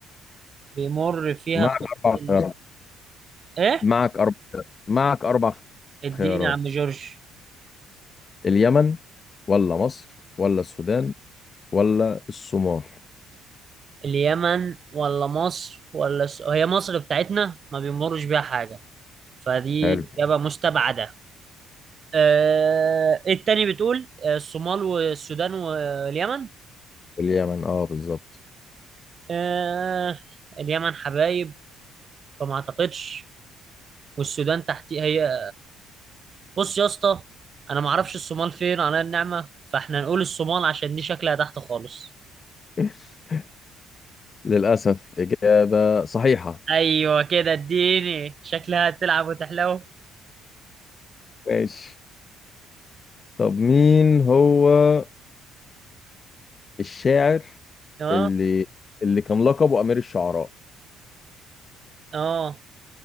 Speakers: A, on the right (about 40°); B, on the left (about 35°).
A: بيمر فيها
B: معك
A: خط
B: أربع
A: ال...
B: خيارات
A: ايه
B: معك أربع معك أربع
A: اديني
B: خيارات
A: يا عم جورج
B: اليمن ولا مصر ولا السودان ولا الصومال
A: اليمن ولا مصر ولا الس... هي مصر بتاعتنا ما بيمرش بيها حاجة فدي
B: حلو
A: إجابة مستبعدة آه إيه التاني بتقول آه، الصومال والسودان واليمن
B: اليمن اه بالظبط
A: آه اليمن حبايب فما اعتقدش والسودان تحتي هي بص يا اسطى انا ما اعرفش الصومال فين على النعمة فاحنا نقول الصومال عشان دي شكلها تحت خالص
B: <laughs> للأسف إجابة صحيحة
A: ايوه كده اديني شكلها هتلعب وتحلو
B: ماشي طب مين هو الشاعر
A: اه
B: اللي اللي كان لقبه أمير الشعراء
A: اه